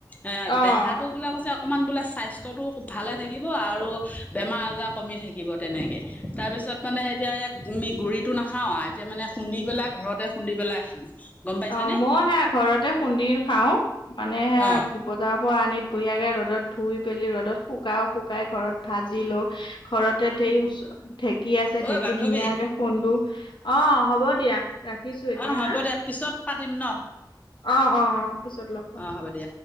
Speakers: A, on the left; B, on the left.
A: এ
B: অ',
A: দেহাটো বোলে কৈছে অকমান বোলে স্বাস্থ্যটো ভালে থাকিব আৰু বেমাৰ- আজাৰ কমি থাকিব। তেনেকে, তাৰপিছত মানে এতিয়া এইয়া মি গুৰিটো নাখাও এতিয়া মানে খুন্দি পেলাই ঘৰতে খুন্দি পেলাই খাওঁ। গম পাইছানে
B: অ মই সেয়া ঘৰতে খুন্দি খাও, মানে সেয়া
A: অ
B: বজা পৰা আনিত বঢ়িয়াকে ৰ'দত ধুই পেলি ৰ'দত শুকাও, শুকাই ঘৰত ভাজি লও ঘৰতে ধেই বস্তু ঢেকী আছে
A: ঐ
B: ঢেঁকী
A: বান্ধৱী
B: ধুনীয়াকে খুন্দো অ হ'ব দিয়া, ৰাখিছো এতিয়া
A: অ হ'ব
B: হা।
A: দে পিছত পাতিম ন।
B: অ অ অ পিছত লগ পাম।
A: অ হ'ব দিয়া